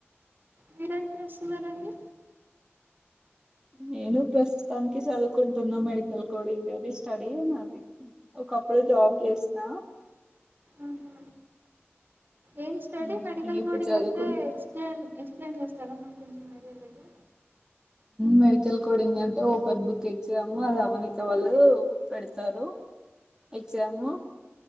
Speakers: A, on the right (about 50°); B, on the right (about 15°).
A: మీరేం చేస్తున్నారండి
B: నేను ప్రస్తుతానికి చదువుకుంటున్నా మెడికల్ కో ఇం అది స్టడీ అని అది ఒక ప్పుడు జాబ్ చేసిన
A: ఆహా ఏం స్టడి
B: ఉమ్,
A: మెడికల్
B: ఇక ఇప్పుడు
A: కోడింగ్
B: చదువుకుంట
A: అంటే ఎక్స్ప్లైన్ ఎక్స్ప్లెయిన్ చెస్ స్తారా మాకు కొంచెం నరయలేదు
B: మెడికల్ కోడింగ్ అంటే ఓపెన్ బుక్ ఎగ్జామ్ అది అవనిక వాళ్ళు పెడతారు ఎగ్జామ్